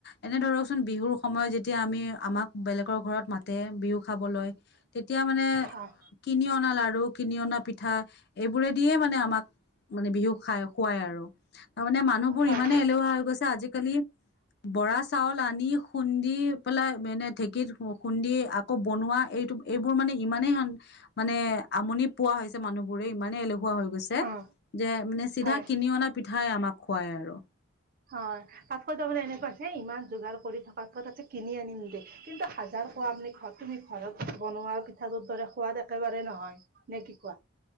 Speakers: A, on the left; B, on the right.
A: এনে ধৰকচোন, বিহুৰ সময়ত যেতিয়া আমি আমাক বেলেগৰ ঘৰত মাতে বিহু খাবলৈ, তেতিয়া মানে
B: হয়
A: কিনি অনা লাৰু কিনি অনা পিঠা, এইবোৰে দিয়ে মানে আমাক। মানে বিহু খাই- খুৱাই আৰু। তাৰমানে মানুহবোৰ
B: হয়
A: ইমানে এলেহুৱা হৈ গৈছে আজিকালি বৰা চাউল আনি খুন্দি পেলাই মেনে ঢেঁকীত খ- খুন্দি আকৌ বনোৱা এই এইটো- এইবোৰ মানে ইমানেই- মানে আমনি পোৱা হৈছে মানুহবোৰে, ইমানে এলেহুৱা হৈ গৈছে
B: অ
A: যে মানে চিধা
B: হয়
A: কিনি অনা পিঠাই আমাক খুৱায় আৰু।
B: হয়, তাতকৈ তাৰমানে এনেকুৱা হৈছে, ইমান যোগাৰ কৰি থকাতকৈ তাতছে কিনি আনিম দে। কিন্তু হাজাৰ খোৱাম লি খোৱা, তুমি ঘৰত বনোৱা পিঠাটোৰ দৰে সোৱাদ একেবাৰে নহয়, নে কি কোৱা?